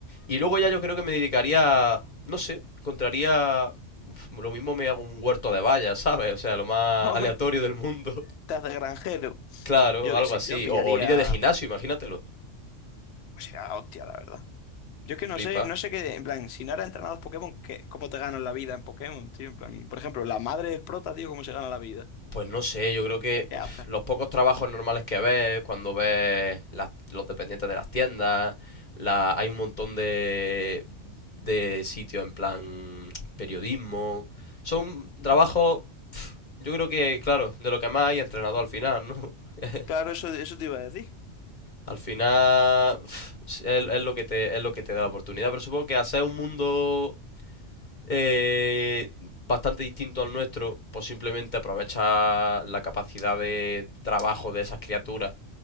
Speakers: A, on the left; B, on the left.
A: Y luego ya yo creo que me dedicaría, no sé, encontraría... Uf, Lo mismo me hago un huerto de vallas, ¿sabes? O sea, lo más
B: <laughs>
A: aleatorio del mundo.
B: Estás de granjero.
A: Claro,
B: Yo qué
A: algo
B: sé,
A: así.
B: yo pillaría.
A: O, o líder de gimnasio, imagínatelo.
B: O sea, la hostia, la verdad. Yo es que
A: Flipa.
B: no sé, no sé qué, en plan, si no eras entrenador Pokémon, ¿qué, cómo te ganas la vida en Pokémon, tío? En plan, por ejemplo, la madre del prota, tío, ¿cómo se gana la vida?
A: Pues no sé, yo creo que
B: ¿Qué
A: uf,
B: hace?
A: los pocos trabajos normales que ves, cuando ves las- los dependientes de las tiendas, la, hay un montón de, de sitios en plan periodismo. Son
B: Ujú.
A: trabajos, uf, yo creo que, claro, de lo que más hay entrenador al final, ¿no? <laughs>
B: Claro, eso, eso te iba a decir.
A: Al final, uf, es, es lo que te, es lo que te da la oportunidad, pero supongo que hacer un mundo eh, bastante distinto al nuestro, pues simplemente aprovecha la capacidad de trabajo de esas criaturas